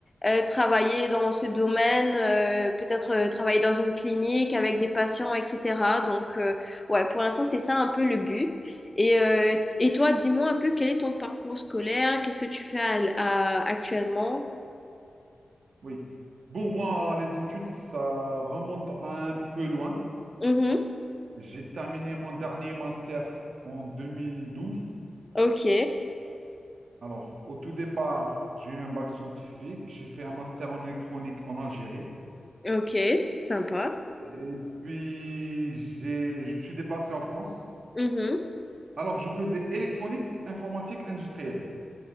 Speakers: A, on the left (about 25°); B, on the right (about 75°).
A: euh, travailler dans ce domaine, euh, peut-être euh, travailler dans une clinique avec des patients, etc. Donc, euh, ouais, pour l'instant, c'est ça un peu le but. Et, euh, et toi, dis-moi un peu quel est ton parcours scolaire, qu'est-ce que tu fais à- à- actuellement?
B: Oui. Bon, moi, les études, ça remonte à un peu loin.
A: Mhm.
B: J'ai terminé mon dernier master en 2012.
A: Ok,
B: Alors, au tout départ, j'ai eu un bac scientifique. J'ai fait un master en électronique en Algérie.
A: ok, sympa.
B: Et puis, j'ai, je me suis déplacé en France.
A: Mhm.
B: Alors, je faisais électronique, informatique, industrielle.